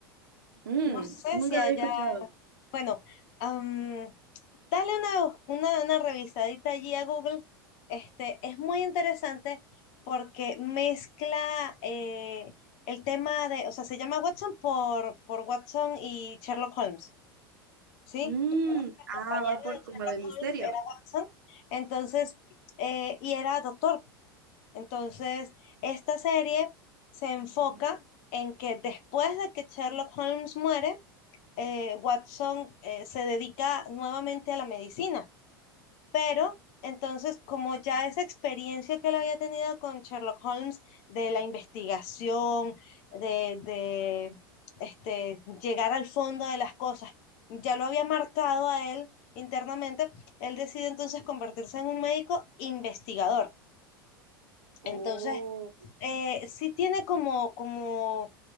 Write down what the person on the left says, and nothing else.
No sé
si allá,
bueno, Dale una, una, una revisadita allí a Google. Este, es muy interesante porque mezcla eh, el tema de, o sea, se llama Watson por, por Watson y Sherlock Holmes, ¿sí?
Recuerda que el
compañero
de Sherlock
Holmes era Watson, entonces, eh, y era doctor. Entonces, esta serie se enfoca
en que después de que Sherlock Holmes muere, eh, Watson eh, se dedica nuevamente a la medicina. Pero entonces, como ya esa experiencia que él había tenido con Sherlock Holmes de la investigación, de, de este, llegar al fondo de las cosas, ya lo había marcado a él internamente, él decide entonces convertirse en un médico investigador. Entonces,
eh, sí tiene como, como